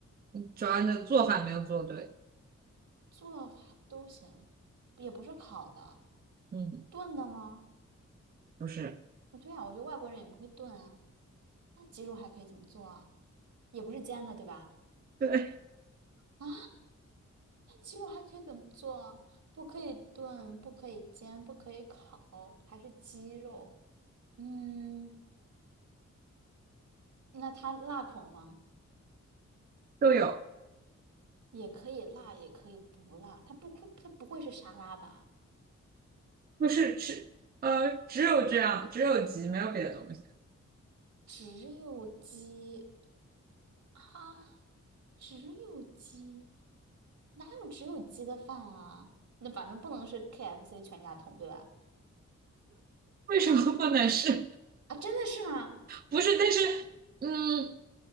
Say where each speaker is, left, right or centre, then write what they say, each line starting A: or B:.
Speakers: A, on the right (about 35°); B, on the right (about 80°).
A: 嗯主要你的做法没有做对，
B: 做法都行，也不是烤的，
A: 嗯，
B: 炖的吗？
A: 不是，
B: 不对啊，我觉得外国人也不会炖啊。那鸡肉还可以怎么做啊？也不是煎的，对吧？
A: 对，
B: 啊，那鸡肉还可以怎么做啊？不可以炖，不可以煎，不可以烤，还是鸡肉？嗯，那它辣口吗？
A: 都有，
B: 也可以辣，也可以不辣。它不会，它不会是沙拉吧？
A: 不是是，呃，只有这样，只有鸡，没有别的东西，
B: 只有鸡啊，只有鸡，哪有只有鸡的饭啊？那反正不能是 KFC 全家桶，对吧？
A: 为什么不能是？<laughs>
B: 啊，真的是吗？
A: 不是，但是，嗯，